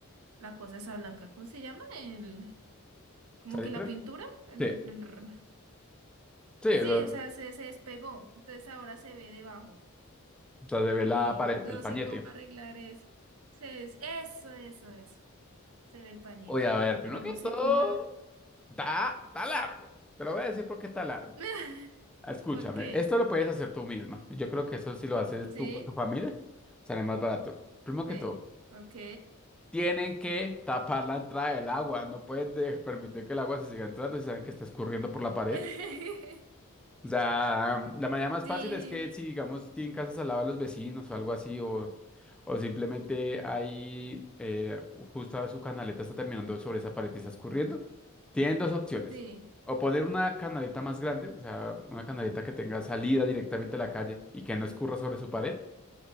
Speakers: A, on the right; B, in the centre.
A: la cosa esa blanca, ¿cómo se llama? El, como
B: ¿salitre?
A: que la pintura, el,
B: Sí,
A: el r-
B: sí,
A: sí,
B: lo, o
A: o sea, se, se despegó, entonces ahora se ve debajo
B: sea, se ve
A: y
B: la pared,
A: no
B: el pañete.
A: sé cómo arreglar eso. Se es- eso, eso, eso, se ve el pañete,
B: Oye, a ver, primero
A: pero
B: que
A: no sé
B: todo,
A: cómo... a-
B: está, está largo. Te lo voy a decir porque está largo.
A: <laughs>
B: Escúchame,
A: ¿Por qué?
B: esto lo puedes hacer tú misma. Yo creo que eso si lo haces
A: Sí,
B: tú con tu familia, sale más barato. Primero que
A: sí,
B: todo.
A: ok.
B: tienen que tapar la entrada del agua, no pueden de- permitir que el agua se siga entrando si saben que está escurriendo por la pared.
A: <laughs>
B: O sea, la manera más
A: Sí,
B: fácil es que si, digamos, tienen casas al lado de los vecinos o algo así, o, o simplemente ahí, eh, justo su canaleta está terminando sobre esa pared y está escurriendo, tienen dos opciones.
A: sí,
B: O poner una canaleta más grande, o sea, una canaleta que tenga salida directamente a la calle y que no escurra sobre su pared.